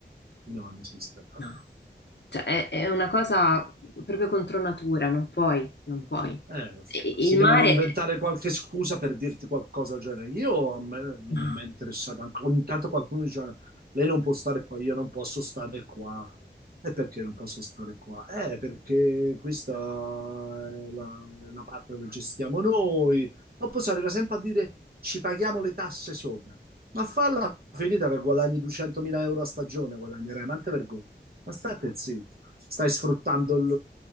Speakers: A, on the right (about 55°); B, on the left (about 65°).
A: No, non esiste.
B: no. Cioè, è, è una cosa proprio contro natura, non puoi, non puoi.
A: Eh, non
B: E-
A: so,
B: Il
A: si devono
B: mare,
A: inventare qualche scusa per dirti qualcosa del genere. Io a me non
B: no,
A: mi è mai interessato. Anche- ogni tanto qualcuno dice: Lei non può stare qua, io non posso stare qua. E perché non posso stare qua? Eh, perché questa è la, è la parte dove gestiamo noi. Non posso arrivare sempre a dire: Ci paghiamo le tasse sopra. Ma falla finita che guadagni 200.000 euro a stagione, guadagnerai, ma non te vergogni. Ma state zitti, stai sfruttando il-